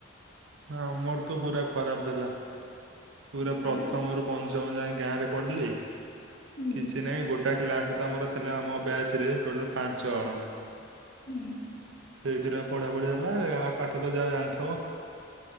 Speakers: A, on the right; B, on the left.
A: ହଁ ମୋରତ ପୁରା ଖରାପ ଦେଲା। ପୁରା ପ୍ରଥମରୁ
B: ମାନେ
A: ପଞ୍ଚମ ଯାଏ ଗାଁରେ ଢିଢ଼ୀଲି
B: ହୁଁ
A: କିଛି ନାହିଁ ଗୋଟେ ଏଟା ଥିଲା ସହିତ ଆମରଥିଲା ଆମ ବ୍ୟାଚରେ ଟୋଟାଲ ପାଞ୍ଚଜଣ।
B: ହୁଁ
A: ସେଇଥିରେ ପଢା ପଢିହେଲା ପାଠତ ଯାହା ଜାଣିଥିବ